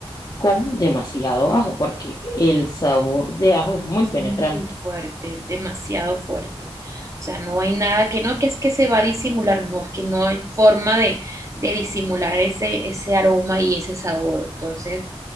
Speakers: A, on the left; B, on the right.
A: con demasiado ajo porque el sabor de ajo es muy
B: Es
A: penetrante.
B: muy fuerte, es demasiado fuerte. O sea, no hay nada que no, que es que se va a disimular, no, es que no hay forma de, de disimular ese, ese aroma y ese sabor. Entonces,